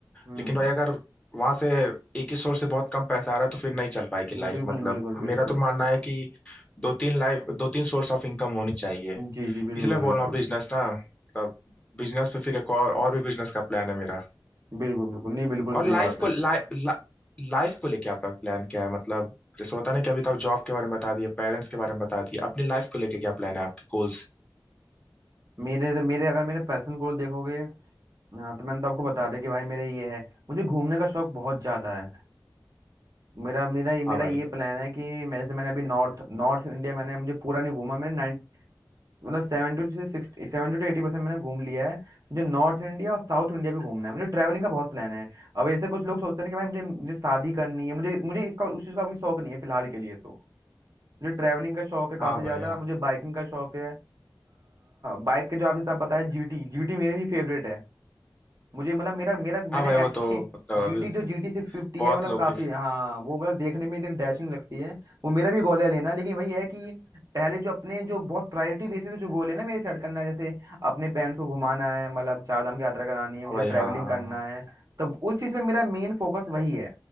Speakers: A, on the right (about 55°); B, on the left (about 15°).
A: हम्म
B: लेकिन भाई अगर वहां से एक ही सोर्स से बहुत कम पैसा आ रहा है तो फिर नहीं चल पाएगी
A: हम्म,
B: लाइफ
A: बिल्कुल
B: मतलब
A: बिल्कुल बिल्कुल
B: मेरा तो मानना है कि दो तीन लाइफ दो तीन सोर्स ऑफ इनकम होनी चाहिए
A: जी जी बिल्कुल
B: इसलिए मैं बोल
A: बिल्कुल
B: रहा हूँ बिजनेस ना मतलब बिजनेस पे फिर एक और, और भी बिजनेस का प्लान है मेरा
A: बिल्कुल बिल्कुल नहीं बिल्कुल
B: और लाइफ
A: सही बात है
B: को लाइफ लाइफ को लेके आपका प्लान क्या है मतलब जैसे होता नहीं कि अभी तो आप जॉब के बारे में बता दिए पेरेंट्स के बारे में बता दिए अपनी लाइफ को लेके क्या प्लान है आपके गोल्स
A: मेरे मेरे अगर मेरे पर्सनल गोल देखोगे हाँ तो मैंने तो आपको बता दिया कि भाई मेरा ये है मुझे घूमने का शौक बहुत ज्यादा है मेरा मेरा ये मेरा
B: हाँ भाई
A: ये प्लान है कि मैं जैसे मैंने अभी नॉर्थ नॉर्थ इंडिया मैंने मुझे पूरा नहीं घूमा मैंने नाइन मतलब सेवन टू सिक्सटी सेवन टू एटी परसेंट मैंने घूम लिया है मुझे नॉर्थ इंडिया और साउथ इंडिया भी घूमना है मुझे ट्रैवलिंग का बहुत प्लान है अब ऐसे कुछ लोग सोचते हैं कि भाई मुझे मुझे शादी करनी है मुझे मुझे इसका उस चीज़ का भी शौक नहीं है फिलहाल के लिए तो मुझे ट्रैवलिंग का शौक है काफी
B: हाँ भाई
A: ज्यादा
B: हाँ
A: मुझे बाइकिंग का शौक है बाइक के जो आपने आप बताया जीटी जीटी मेरी भी फेवरेट है मुझे मतलब मेरा मेरा मैंने
B: हाँ भाई वो
A: एक्चुअली
B: तो मतलब
A: जीटी
B: अभी
A: जो जीटी सिक्स फिफ्टी
B: बहुत
A: है मतलब
B: लोग
A: काफी
B: के हाँ
A: हाँ वो मतलब देखने में इतनी डैशिंग लगती है वो मेरा भी गोल है लेना लेकिन वही है कि पहले जो अपने जो बहुत प्रायोरिटी बेसिस पे जो गोल है ना मेरे सेट करना है जैसे अपने पेरेंट्स को घुमाना है मतलब चार धाम की यात्रा करानी है मुझे
B: भाई
A: ट्रैवलिंग
B: हाँ हाँ
A: करना
B: हाँ
A: है तब उस चीज में मेरा मेन फोकस वही है